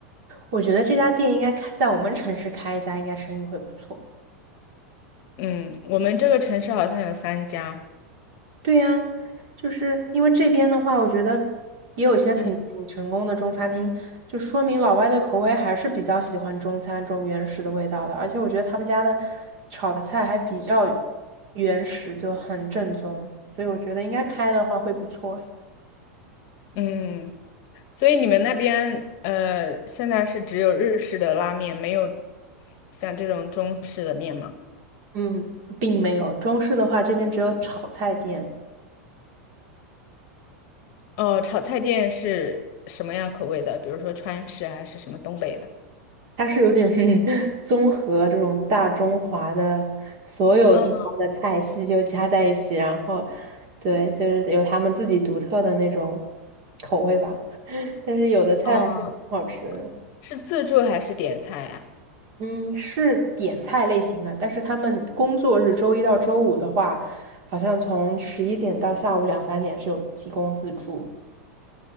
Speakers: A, on the right (about 50°); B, on the left (about 40°).
A: 我觉得这家店应该开在我们城市开一家，应该生意会不错。
B: 嗯，我们这个城市好像有三家。
A: 对呀，就是因为这边的话，我觉得也有些挺挺成功的中餐厅，
B: 嗯
A: 就说明老外的口味还是比较喜欢中餐这种原始的味道的，而且我觉得他们家的炒的菜还比较原始，就很正宗，所以我觉得应该开的话会不错诶。
B: 嗯，所以你们那边呃，现在是只有日式的拉面，没有像这种中式的面吗？
A: 嗯，并没有，中式的话这边只有炒菜店。
B: 哦，炒菜店是什么样口味的？比如说川式还是什么东北的？
A: 它是有点 <laughs> 综合这种大中华的所有地方的菜系就加在一起，
B: 嗯
A: 然后对，就是有他们自己独特的那种口味吧。<laughs> 但是有的菜还是挺好吃的，
B: 嗯，是自助还是点菜呀？
A: 嗯，是点菜类型的，但是他们工作日周一到周五的话，好像从十一点到下午两三点是有提供自助，